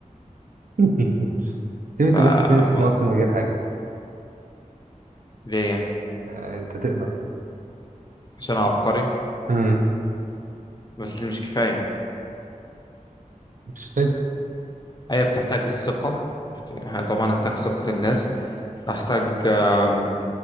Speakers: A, on the right (about 80°); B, on the left (about 30°).
A: <laughs> طيب
B: فالموضوع
A: أنت ممكن تمسك مصر من غير حاجة
B: ليه يعني
A: آه، أنت تقدر
B: عشان أنا عبقري
A: مم.
B: بس دي مش كفاية
A: مش فاهم.
B: هي بتحتاج الثقة بت- طبعا هحتاج ثقة الناس هحتاج آم،